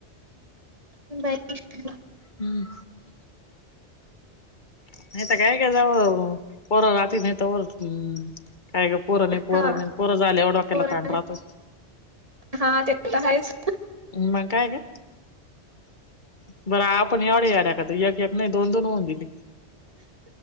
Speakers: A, on the right; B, on the left.
A: <inaudible>
B: हम्म. नाही तर काय <unintelligible> हम्म काय गप्प पोरं नाही पोरं
A: हा
B: नाही पोरं झाल्यावर डोक्याला
A: पोरांनी
B: ताण राहतो.
A: हा ते तर आहेच
B: मग काय गं? बरं आपण एवढ्या <unintelligible> एक एक नाही दोन दोन होऊन दिली.